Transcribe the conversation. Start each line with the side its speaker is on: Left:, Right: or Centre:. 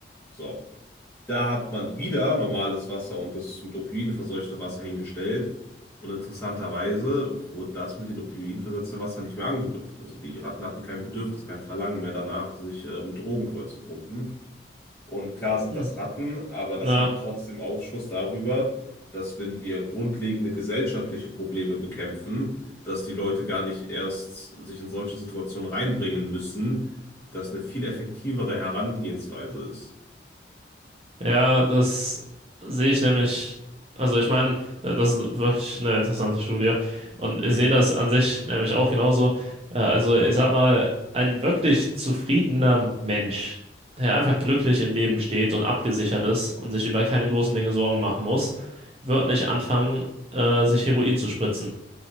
Left: So. Da hat man wieder normales Wasser und das mit Opioiden verseuchte Wasser hingestellt. Und interessanterweise wurde das mit den Opioiden versetzte Wasser nicht mehr angerührt. Also die Ratten hatten kein Bedürfnis, kein Verlangen mehr danach, sich äh, mit Drogen vollzupumpen. Und klar sind
Right: Hm.
Left: das Ratten, aber das
Right: ja.
Left: gibt trotzdem Aufschluss darüber, dass wenn wir grundlegende gesellschaftliche Probleme bekämpfen, dass die Leute gar nicht erst sich in solche Situationen reinbringen müssen, dass eine viel effektivere Herangehensweise ist.
Right: Ja, das sehe ich nämlich. Also ich meine, äh, das ist wirklich eine interessante Studie. Und
Left: Hm?
Right: ich sehe das an sich nämlich auch genauso. Äh, Also ich sag mal, ein wirklich zufriedener Mensch, der einfach glücklich im Leben steht und abgesichert ist und sich über keine großen Dinge Sorgen machen muss, wird nicht anfangen, äh, sich Heroin zu spritzen.